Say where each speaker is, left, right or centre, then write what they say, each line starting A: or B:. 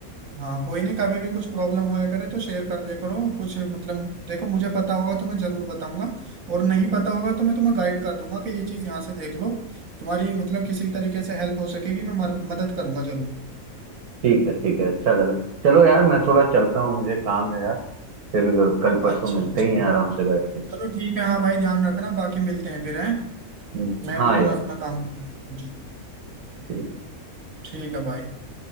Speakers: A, on the right (about 65°); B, on the right (about 80°).
A: हाँ कोई नहीं कभी भी कुछ प्रॉब्लम होया करे तो शेयर कर दिया करो कुछ मतलब देखो मुझे पता होगा तो मैं जरूर बताऊंगा और नहीं पता होगा तो मैं तुम्हें गाइड कर दूंगा कि ये चीज़ यहाँ से देख लो तुम्हारी मतलब किसी तरीके से हेल्प हो सकेगी मैं मर- मदद करूंगा जरूर
B: ठीक है ठीक है अच्छा लगा चलो यार मैं थोड़ा चलता हूँ मुझे काम है यार फिर कल परसों
A: अच्छा
B: मिलते
A: अच्छा
B: ही हैं आराम से बैठ के
A: चलो ठीक है हाँ भाई ध्यान रखना बाकी मिलते हैं फिर हैं
B: हम्म,
A: मैं
B: हाँ
A: भी इतना
B: यार
A: अपना काम जी
B: ठीक
A: ठीक है भाई